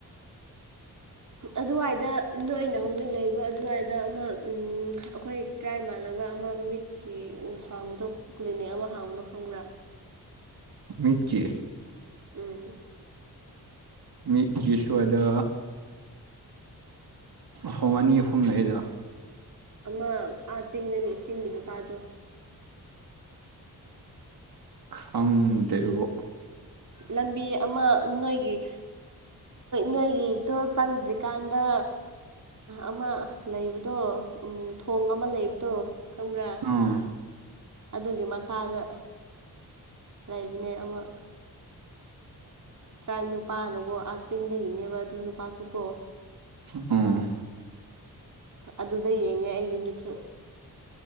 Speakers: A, on the right (about 50°); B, on the right (about 70°).
A: ꯑꯗꯨꯋꯥꯏꯗ ꯅꯣꯏꯅ ꯍꯧꯖꯤꯛ ꯂꯩꯔꯤꯕ ꯑꯗꯨꯋꯥꯏꯗ ꯑꯃ ꯑꯩꯈꯣꯏ ꯇꯔꯥꯃꯥꯟꯅꯕ ꯑꯃ ꯃꯤꯠꯀꯤ ꯍꯥꯡꯕꯗꯣ ꯀ꯭ꯂꯤꯅꯤꯛ ꯑꯃ ꯍꯥꯡꯕꯗꯣ ꯈꯪꯕ꯭ꯔꯥ
B: ꯎꯃꯤꯀꯤ
A: ꯎꯝ
B: ꯃꯤ ꯀꯁꯨꯣ ꯍꯥꯏꯗ ꯃꯐꯝ ꯑꯅꯤ ꯑꯍꯨꯝ ꯂꯩꯗ
A: ꯑꯃ ꯑꯥ ꯆ ꯆꯤꯡꯒꯤ ꯅꯨꯄꯥꯗꯣ
B: ꯈꯪꯗꯦꯕꯣ
A: ꯂꯝꯕꯤ ꯑꯃ ꯅꯣꯏꯒꯤ ꯅꯣꯏꯒꯤ ꯑꯣ ꯆꯪꯗ꯭ꯔꯤꯀꯥꯟꯗ ꯑꯃ ꯂꯩꯕ ꯑꯗꯣ ꯊꯣꯡ ꯑꯃ ꯂꯩꯕꯗꯣ ꯀꯪꯝꯕ꯭ꯔꯥ
B: ꯑꯥ
A: ꯑꯗꯨꯒꯤ ꯃꯈꯥꯗ ꯂꯩꯕꯅꯦ ꯑꯃ ꯇꯔꯥ ꯅꯨꯨꯄꯥꯅꯀꯣ ꯑꯥ ꯆꯤꯡꯗꯒꯤꯅꯦꯕ ꯑꯗꯨ ꯅꯨꯄꯥꯁꯨ ꯀꯣ
B: ꯑ
A: ꯑꯗꯨꯗ ꯌꯦꯡꯉꯦ ꯑꯩꯒꯤ ꯃꯤꯠꯁꯨ